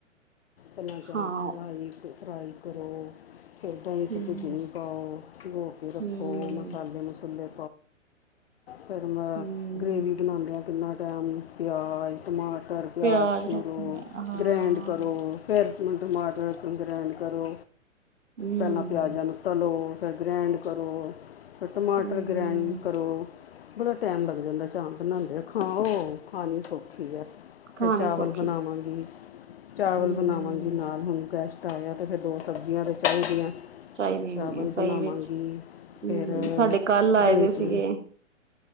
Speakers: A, on the left; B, on the right.
A: ਆਪਨਾ ਚਾਪ
B: ਹਾਂ
A: ਫਰਾਈ ਅ ਫਰਾਈ ਕਰੋ। ਫੇਰ ਦਹੀਂ
B: ਹਮ
A: ਚਚ ਭਿੱਜਣੀ ਪਾਔ, ਪੀਗੋ ਕੇ ਰੱਖੋ
B: ਹਮ
A: ਮਸਾਲੇ ਮਸੂਲੇ ਫੇਰ ਮੈਂ
B: ਹਮ
A: ਗ੍ਰੇਵੀ ਬਣਾਣਦਿਆਂ ਕਿੰਨਾ ਟਾਈਮ ਪਿਆਜ਼ ਟਮਾ ਪਰ ਪਿਆਜ਼
B: ਪਿਆਜ
A: ਛੂਰੋ,
B: ਰੱਖਣੇ ਹਾਂ
A: ਗ੍ਰੈਂਡ ਕਰੋ <unintelligible> ਟਮਾਟਰ ਗਰੈਂਡ ਕਰੋ,
B: ਹਮ
A: ਪਹਿਲਾਂ ਪਿਆਜਾਂ ਨੂੰ ਤਲੋ। ਕਰੋ ਫਿਰ ਗ੍ਰੈਂਡ ਕਰੋ, ਫਿਰ ਟਮਾਟਰ
B: ਹਮ
A: ਗ੍ਰੈਂਡ ਕਰੋ। ਬੜਾ ਟਾਈਮ ਲੱਗ ਜਾਂਦਾ ਚਾਹ ਬਣਾਦਿਆ, ਖਾਓ ਖਾਣੀ ਸੌਖੀ ਹੈ।
B: ਖਾਣੇ
A: ਫੇਰ ਚਾਵਲ
B: ਸੌਖੇ
A: ਬਣਾਵਾਂਗੀ, ਚਾਵਲ
B: ਹਮ
A: ਬਣਾਵਾਂਗੀ, ਨਾਲ ਹੁਣ ਗੈਸਟ ਤਆ ਤੇ ਫੇਰ ਦੋ ਸਬਜ਼ੀਆਂ ਤੇ ਚਾਹੀਦੀਆਂ।
B: ਚਾਹੀਦੀਆਂ
A: ਚਾਵਲ
B: ਹੁੰਦੀਆਂ ਸਹੀ
A: ਬਣਾਵਾਂਗੀ
B: ਵਿੱਚ ਹੂੰ,
A: ਫਿਰ
B: ਸਾਡੇ ਕੱਲ ਆਏ
A: ਦਹੀਂ
B: ਦੇ
A: ਚ
B: ਸੀਗੇ। ਹ